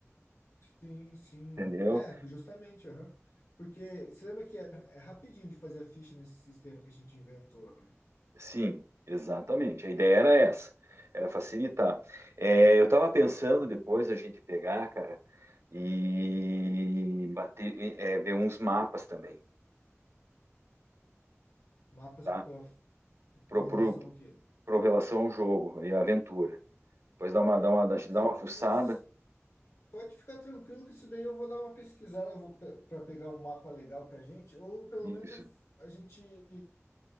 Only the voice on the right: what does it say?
Entendeu?
Sim, exatamente. A ideia era essa, era facilitar. É, eu estava pensando depois a gente pegar, cara, e bater, e, é, ver uns mapas também,
tá?
Pro,
pro,
pro relação ao jogo e à aventura. Depois dá uma, dá uma, dá
uma fuçada.
Isso.